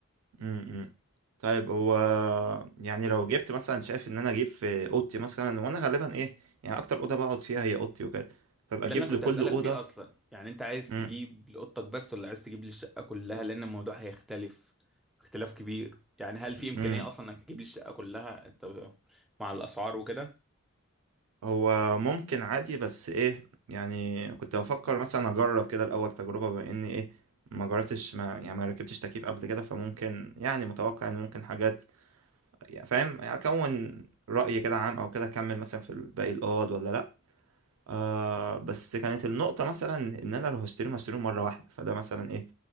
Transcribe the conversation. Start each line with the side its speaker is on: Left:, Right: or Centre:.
Right: امم طيب هو يعني لو جبت مثلا شايف ان انا اجيب في اوضتي مثلا وانا غالبا ايه يعني اكتر اوضه بقعد فيها هي اوضتي وكده فبقى
Centre: ما ده
Right: اجيب
Centre: اللي انا
Right: لكل
Centre: كنت هسألك
Right: اوضه
Centre: فيه اصلا يعني انت عايز
Right: امم
Centre: تجيب لأوضتك بس ولا عايز تجيب للشقة كلها لان الموضوع هيختلف اختلاف كبير يعني هل في امكانية
Right: امم
Centre: اصلا انك تجيب للشقة كلها انت مع الاسعار وكده
Right: هو ممكن عادي بس ايه يعني كنت بفكر مثلا اجرب كده الاول تجربه بما اني ايه ما جربتش ما يعني ما ركبتش تكييف قبل كده فممكن يعني متوقع ان ممكن حاجات يعني فاهم اكون راي كده عام او كده اكمل مثلا في باقي الاوض ولا لا آه بس كانت النقطة مثلا إن أنا لو هشتريهم هشتريهم مرة واحدة فده مثلا إيه